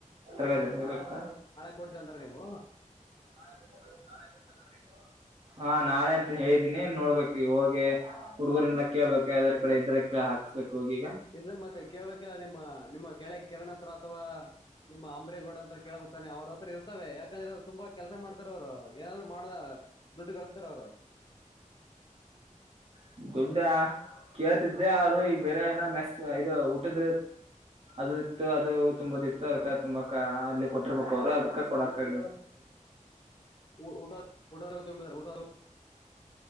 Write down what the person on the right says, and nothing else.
ತರಗದರ್ಕ್ಕ
ನಾಳೆ ಕೊಟ್ಟ ನಾಳೆ ಕೊಟ್ಟು ಬಂದ್ರ ನೀವು ಹಾ ನಾಳೆ ಅಂತ ಹೇಳಿದೀನಿ ನೋಡ್ಬೇಕು ಹೋಗಿ ಹುಡುಗರನ್ನ ಕೇಳ್ಬೇಕು ಯದಾರ ಕಡೆ ಇದ್ರ ಕ ಹಾಕ್ಸ್ಬೇಕುೋಗೀಗ
ಹ್ಮ್ ದುಡ್ಡ ಕೇಳ್ತಿದ್ದೆ ಅವರು ಈಗ ಬೇರೆ ಏನ ಮೆಸ್ ಇದು ಊಟದ ಅದು ಇತ್ತು ಅದು ತುಂಬದ ಇತ್ತು ಅದ್ಕ ತುಂಬಾಕ ಅಲ್ಲಿ ಕೊಟ್ಟಿರ್ಬೇಕ ಅವ್ರು ಅದಕ್ಕ ಕೊಡಕ್ಗಲ್ಲ